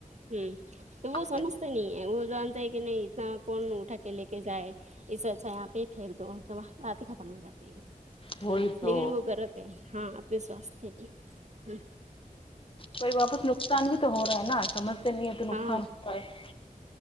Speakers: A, on the right; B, on the left.
A: امم تو وہ سمجھتے
B: ہ
A: نہیں ہے وہ جانتے ہے کہ نہیں اتنا کون اٹھا کے لے کے جائے اس سے اچھا یہاں پہ ہی پھینک دو تو بات ہی ختم ہو جاتی ہے
B: وہی تو
A: لیکن وہ غلط نہی ہے ہاں اپنے سواست کیلئے امم
B: کوئی واپس نقصان بھی تو ہو رہا ہے نا سمجھتے نہیں ہے تو
A: ہاں
B: نقصان ہو رہا ہے